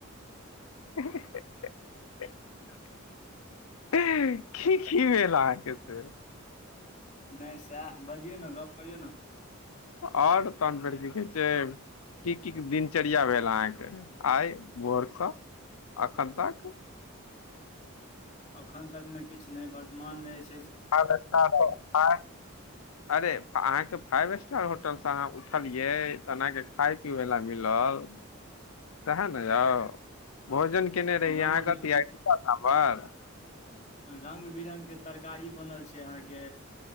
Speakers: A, on the left; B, on the left.
A: <unintelligible> की, की भेल अहाँ के से।
B: नै साएह बजियौ ने, गप करियौ ने।
A: और तहन फेर की कहै छै की की दिनचर्या भेल अहाँ के आय भोर सँ अखन तक।
B: अखन तक मे किछ नै वर्तमान मे एछ।
A: फाइव स्टार <unintelligible> अरे फ अहाँ के फाइव एस टार होटल सँ अहाँ उठलियै, तहन अहाँ के खाय पिबै बला मिलल सेहाए ने यौ। भोजन केएने रहि
B: रंग
A: अहाँ
B: बि
A: कथी आय <unintelligible>
B: रंग बिरंग के तरकारी बनल छै अहाँ के।